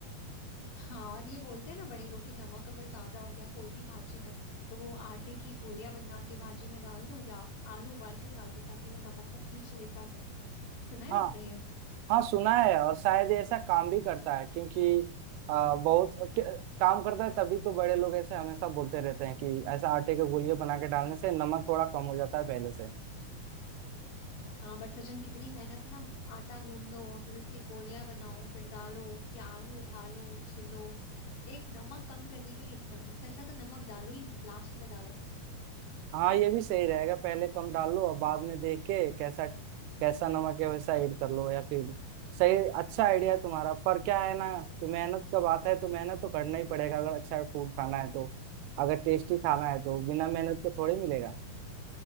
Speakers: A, on the left; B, on the right.
A: हाँ और ये बोलते हैं ना बड़े लोग कि नमक अगर ज्यादा हो गया कोई भी भाजी में तो वो आटे की गोलियां बना के भाजी में डाल दो या आलू उबाल के डाल दो ताकि वो नमक को खींच लेता है सुना है
B: हाँ
A: आपने ये
B: हाँ सुना है और शायद ये ऐसा काम भी करता है क्योंकि आ, बहुत क- काम करता है तभी तो बड़े लोग ऐसे हमेशा बोलते रहते हैं कि ऐसा आटे के गोलिये बना के डालने से नमक थोड़ा कम हो जाता है पहले से
A: हाँ बट सचिन कितनी मेहनत ना आटा गूंदो फिर उसकी गोलियां बनाओ फिर डालो या आलू उबालो छिलो एक नमक कम करने के लिए इतना इससे अच्छा तो नमक डालो ही मत लास्ट में डालो
B: हाँ ये भी सही रहेगा पहले कम डाल लो और बाद में देख के कैसा कैसा नमक है वैसा ऐड कर लो या फिर सही अच्छा आइडिया है तुम्हारा पर क्या है ना कि मेहनत का बात है तो मेहनत तो करना ही पड़ेगा अगर अच्छा फूड खाना है तो अगर टेस्टी खाना है तो बिना मेहनत के थोड़ी मिलेगा